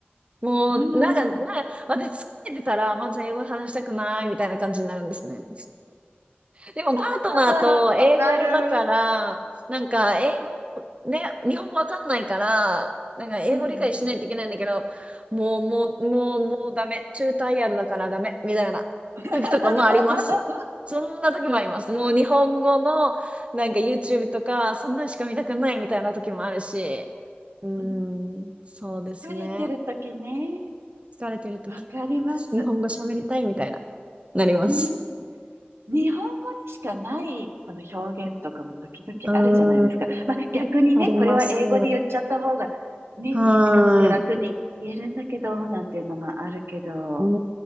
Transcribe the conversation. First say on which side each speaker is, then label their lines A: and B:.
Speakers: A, on the right; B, on the right.
A: もう、
B: うんうん。
A: なんか、なんか、私疲れてたら、まず英語話したくないみたいな感じになるんですね。でもパートナーと英語だから、
B: <laughs> わかる。
A: なんか英語、ね、日本語わかんないから、なんか英語理解しないといけないんだけど、
B: うんうんうん。
A: もう、もう、もう、もうダメ。中退やるだからダメ。みたいな時とかもあります。
B: <laughs>
A: そんな時もあります。もう日本語のなんか YouTube とか、そんなのしか見たくないみたいな時もあるし。うーん、
B: うん
A: そうですね。
B: 疲れてる時ね。
A: 疲れてる時、
B: わかります。
A: 日本語喋りたいみたいな、なります。
B: うん。日本語にしかないこの表現とかも時々あるじゃないですか。
A: うーん、
B: まあ逆にね、
A: あります。
B: これは英語で言っちゃった方がね、
A: はーい。
B: 短くて楽に言えるんだけど、なんていうのもあるけど、
A: う